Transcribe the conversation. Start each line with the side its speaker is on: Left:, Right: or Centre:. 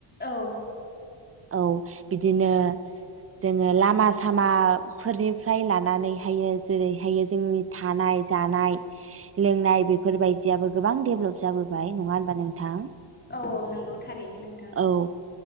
Left: औ
Right: औ बिदिनो जोङो लामा सामाफोरनिफ्राय लानानैहायो जेरैहाय जोंनि थानाय जानाय लोंनाय बेफोरबायदियाबो गोबां डेभेलप जाबोबाय नङा होनबा? नोंथां
Left: औ औ नंगौ थारैनो नोंथां
Right: औ